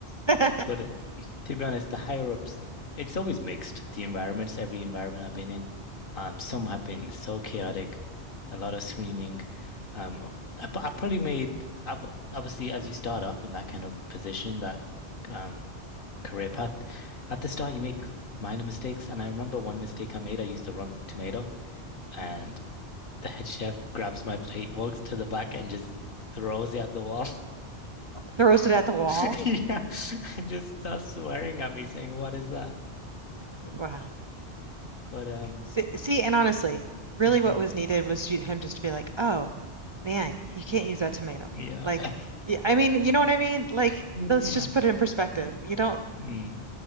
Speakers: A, on the right; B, on the left.
A: <laughs>
B: But uh, to be honest, the higher ups, it's always mixed. The environments, every environment I've been in, um, some have been so chaotic, a lot of screaming. Um, I, p- I probably made, I've obviously as you start off in that kind of position, that um career path, at the start you make minor mistakes. And I remember one mistake I made, I used the wrong tomato, and The head chef grabs my plate, walks to the back, and just throws it at the wall.
A: throws it at the wall.
B: <laughs> Yeah, and just starts swearing at me, saying, "What is that?"
A: Wow.
B: But um,
A: See, see, and honestly, really
B: mhm,
A: what was needed was you, him just to be like, oh, man, you can't use that tomato.
B: yeah,
A: Like, yeah, I mean, you know what I mean? Like,
B: <laughs>
A: let's
B: yeah,
A: just put it in perspective. You don't,
B: mm.